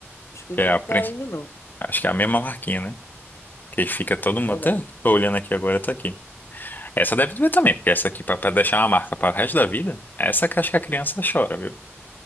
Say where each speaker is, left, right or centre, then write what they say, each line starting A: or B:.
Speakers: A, on the left; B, on the left.
A: Acho que
B: Que
A: não
B: é
A: mudaram
B: a, prensa-
A: ainda, não.
B: acho que é a mesma marquinha, né? Que fica todo mundo
A: É verdade.
B: até. Tô olhando aqui agora, tá aqui. Essa deve doer também, porque essa aqui, pra, pra deixar uma marca para o resto da vida, essa que acho que a criança chora, viu?